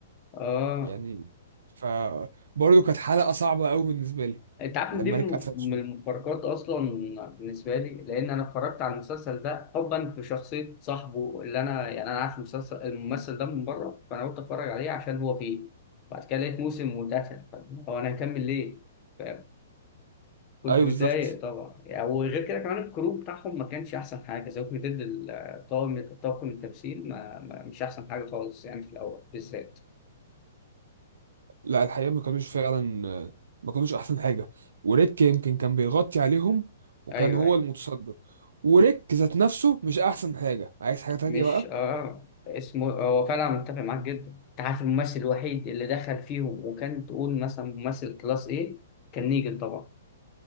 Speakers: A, on the left (about 35°); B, on the right (about 80°).
A: آه
B: يعني فبرضه كانت حلقة صعبة قوي بالنسبة لي
A: انت عارف ان
B: لما
A: دي من
B: ريك قتل
A: من
B: شون
A: المفارقات اصلا بالنسبه لي لان انا اتفرجت على المسلسل ده حبا في شخصيه صاحبه اللي انا يعني انا عارف المسلسل الممثل ده من بره فانا قلت اتفرج عليه عشان هو فيه بعد كده لقيت موسم واتقتل طب هو انا هكمل ليه؟ ف- كنت
B: ايوه
A: متضايق
B: بالظبط
A: طبعا يعني وغير كده كمان الكرو بتاعهم ما كانش احسن حاجه زي ما ضد الطاقم طاقم التمثيل ما ما- مش احسن حاجه خالص يعني في الاول بالذات
B: لا الحقيقة ما كانوش فعلا آه، ما كانوش أحسن حاجة وريك يمكن كان بيغطي عليهم وكان
A: ايوه
B: هو المتصدر وريك ذات نفسه مش أحسن حاجة عايز حاجة تانية
A: مش
B: بقى
A: اه اسمه هو فعلا متفق معاك جدا انت عارف الممثل الوحيد اللي دخل فيهم وكان تقول مثلا ممثل كلاس ايه كان نيجن طبعا